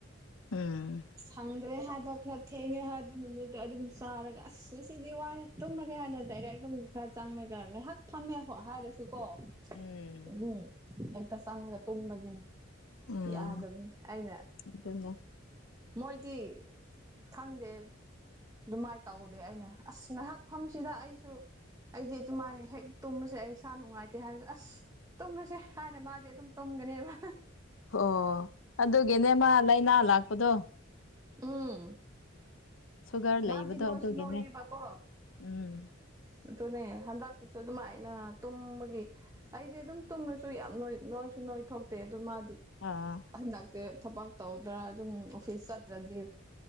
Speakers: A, on the left (about 80°); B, on the right (about 15°).
A: ꯎꯝ
B: ꯁꯪ ꯗ꯭ꯔꯦ ꯍꯥꯏꯕ ꯈ꯭ꯔ ꯊꯦꯡꯉꯦ ꯍꯥꯏꯕ ꯅꯨꯃꯤꯠꯇ ꯑꯗꯨꯝ ꯆꯥꯔꯒ ꯑꯁ ꯉꯁꯤꯗꯤ ꯋꯥꯔꯦ ꯇꯨꯝꯔꯒꯦ ꯍꯥꯏꯅ ꯗꯥꯏꯔꯦꯛ ꯇꯨꯝ ꯈ꯭ꯔ ꯆꯪꯉꯒ ꯉꯥꯏꯍꯥꯛ ꯐꯝꯃꯦ ꯍꯥꯏꯔꯁꯨ ꯀꯣ <unintelligible>
A: ꯎꯝ
B: ꯍꯦꯛꯇ ꯆꯪꯔꯒ ꯇꯨꯝꯕꯁꯦ
A: ꯎꯝ
B: ꯌꯥꯗꯝꯅꯤ ꯑꯩꯅ
A: ꯑꯗꯨꯅꯦ
B: ꯃꯣꯏꯗꯤ ꯈꯪꯗꯦ ꯑꯗꯨꯃꯥꯏ ꯇꯧꯗꯦ ꯑꯩꯅ ꯑꯁ ꯉꯥꯏꯍꯥꯛꯐꯝꯁꯤꯗ ꯑꯩꯁꯨ ꯑꯩꯗꯤ ꯑꯗꯨꯃꯥꯏ ꯍꯦꯛ ꯇꯨꯝꯕꯁꯦ ꯑꯩ ꯏꯁꯥ ꯅꯨꯡꯉꯥꯏꯇꯦ ꯍꯥꯏꯕꯁꯦ ꯑꯁ ꯇꯨꯝꯔꯁꯦ ꯍꯥꯏꯅ ꯃꯥꯗꯤ ꯑꯗꯨꯝ ꯇꯨꯝ ꯒꯅꯤꯕ
A: ꯑꯣ ꯑꯗꯨꯒꯤꯅꯦ ꯃꯥ ꯂꯩꯅꯥ ꯂꯥꯛꯄꯗꯣ
B: ꯎꯝ
A: ꯁꯨꯒꯔ ꯂꯩꯕꯗꯣ
B: ꯃꯥꯗꯤ ꯅꯣꯏꯁꯨ
A: ꯑꯗꯨꯒꯤꯅꯦ
B: ꯅꯣꯏꯌꯦꯕ ꯀꯣ
A: ꯎꯝ
B: ꯑꯗꯨꯅꯦ ꯍꯟꯗꯛꯁꯤꯁꯨ ꯑꯗꯨꯃꯥꯏꯅ ꯇꯨꯝꯕꯒꯤ ꯑꯩꯗꯤ ꯑꯗꯨꯝ ꯇꯨꯝꯔꯁꯨ ꯌꯥꯝ ꯅꯣꯏ ꯅꯣꯏꯁꯨ ꯅꯣꯏ ꯊꯣꯛꯇꯦ ꯑꯗꯨ ꯃꯥꯗꯤ
A: ꯑꯥ
B: ꯍꯟꯗꯛꯁꯦ ꯊꯕꯛ ꯇꯧꯗ꯭ꯔꯥ ꯑꯗꯨꯝ ꯑꯣꯐꯤꯁ ꯆꯠꯇ꯭ꯔꯗꯤ